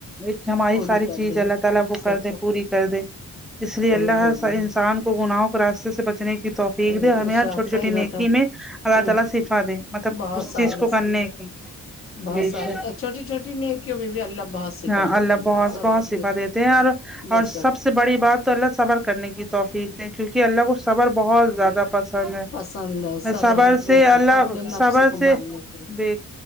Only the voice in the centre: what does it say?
ایک ہماری
ساری
چیز
اللہ تعالی
وہ کر دیں پوری کر دیں اس لیے
اللہ
ان
انسان کو گناہوں کو راستہ سے بچنے کی کی توفیق
دے ہمیں ہار چھوٹی چھوٹی
نیکی
میں اللہ
تعالی شفا دے مطلب
اس
چیز کو کرنے کی
بے
شک
ہاں
اللہ
بہت
بہت
شفا دیتے ہیں اور
اور
سب سے بڑی بات تو اللہ صبر کرنے کی توفیق دے کیونکہ اللہ کو صبر بہت زیادہ پسند ہے
صبر
سے یا
اللہ
صبر
سے
بے